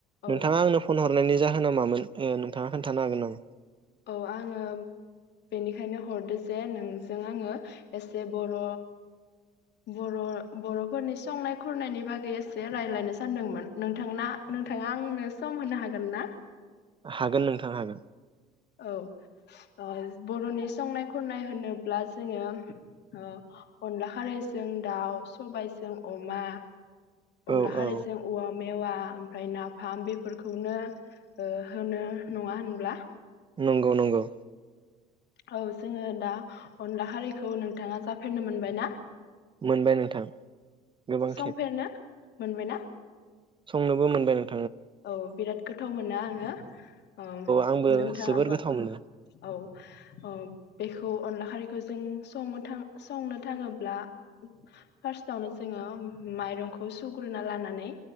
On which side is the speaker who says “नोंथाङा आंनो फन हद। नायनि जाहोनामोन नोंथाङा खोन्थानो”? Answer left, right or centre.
Right